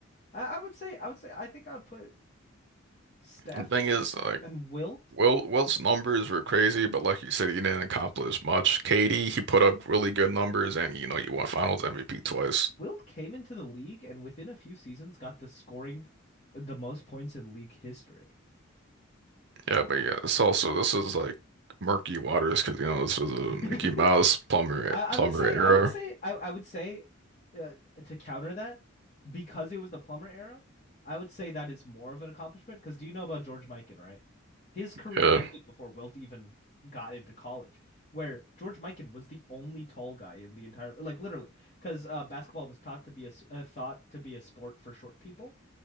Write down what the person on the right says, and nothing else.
And thing is, like
Will Wilt's numbers were crazy, but like you said, he didn't accomplish much. KD, he put up really good numbers, and you know he won Finals MVP twice.
Yeah, but yeah, it's also this is like murky waters because you know this was a
Mickey Mouse plumber
plumber
era.
Yeah,